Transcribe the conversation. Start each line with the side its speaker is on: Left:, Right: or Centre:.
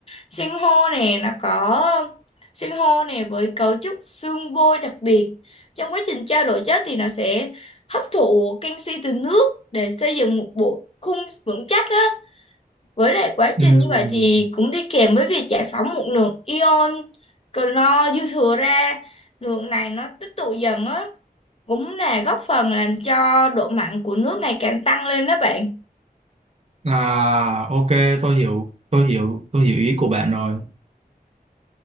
Left: Sinh hô nè nó có sinh hô nè với cấu trúc xương vôi đặc biệt. Trong quá trình trao đổi chất thì nó sẽ hấp thụ canxi từ nước để xây dựng một bộ khung vững chắc á. Với lại quá
Right: Ừm.
Left: trình như vậy thì cũng đi kèm với việc giải phóng một lượng ion clo dư thừa ra. Lượng này nó tích tụ dần á, cũng là góp phần làm cho độ mặn của nước ngày càng tăng lên đó bạn.
Right: À, ok, tôi hiểu, tôi hiểu, tôi hiểu ý của bạn rồi.